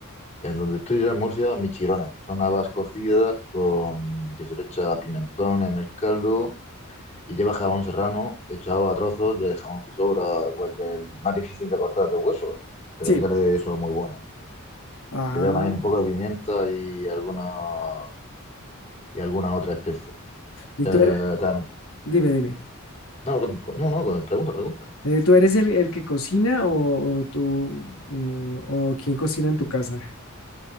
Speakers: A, on the left (about 30°); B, on the left (about 75°).
A: en donde estoy yo en Murcia, michirones, que son habas cocidas con, que se le echa pimentón en el caldo. y lleva jamón serrano echado a trozos de jamón que sobra, pues, del más difícil de cortar de hueso, pero
B: sí.
A: que sale eso muy bueno.
B: Ah,
A: Que lleva también un poco de pimienta y alguna, y alguna otra especie.
B: y
A: Eh,
B: tú eres,
A: tam-
B: dime, dime.
A: no, con- con- no, no, con- pregunta, pregunta.
B: Eh, ¿Tú eres el, el que cocina o, o tú o, o quién cocina en tu casa?